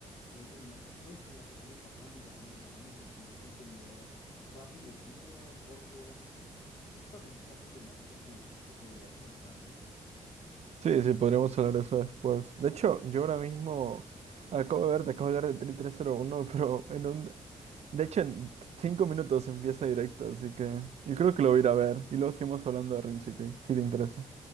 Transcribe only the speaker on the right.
Sí. sí, sí, podríamos hablar de eso después. De hecho, yo ahora mismo acabo de ver, te acabo de hablar de Teri 301, <laughs> pero en un, De hecho, en cinco minutos empieza directo, así que yo creo que lo voy a ir a ver. Y luego seguimos hablando de Real City, si te interesa.